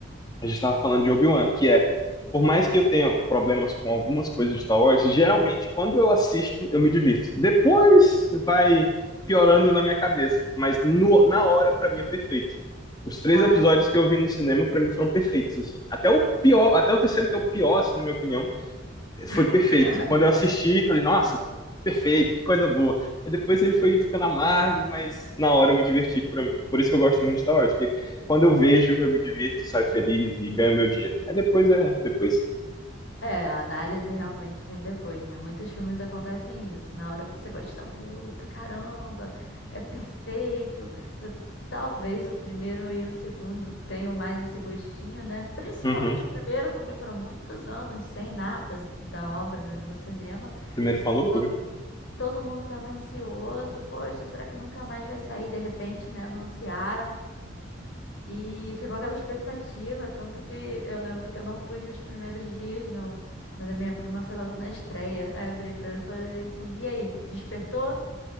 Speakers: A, on the left (about 20°); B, on the left (about 70°).
A: a gente estava falando de Obi-Wan, que é, por mais que eu tenha problemas com algumas coisas de Star Wars, geralmente quando eu assisto eu me divirto. Depois vai piorando na minha cabeça, mas no- na hora pra mim é perfeito. Os três
B: Ah,
A: episódios
B: sim.
A: que eu vi no cinema pra mim foram perfeitos assim. Até o pior, até o terceiro que é o pior, assim, na minha opinião, foi
B: <laughs>
A: perfeito. Quando eu assisti, falei, nossa, perfeito, que coisa boa. Aí depois ele foi ficando amargo, mas na hora eu me diverti. Por, por isso que eu gosto muito de Star Wars, porque quando eu vejo, eu me divirto, saio feliz e ganho meu dia. Aí depois é, depois.
B: É, a análise realmente vem depois, né? Muitos filmes acontecem isso. Na hora você gosta muito, caramba, é perfeito. Eu- talvez o primeiro e o segundo tenham mais esse gostinho, né? Principalmente
A: Uhum.
B: o primeiro, porque foram muitos anos sem nada da obra né, no cinema.
A: Primeiro foi uma
B: Então
A: loucura.
B: Todo mundo tava ansioso. Poxa, será que nunca mais vai sair? De repente, né? Anunciaram. E ficou aquela expectativa. Tanto que eu lembro que eu não fui nos primeiros dias, não. Mas a minha prima foi logo na estreia. Aí eu virei pra ela e falei assim: E aí, despertou?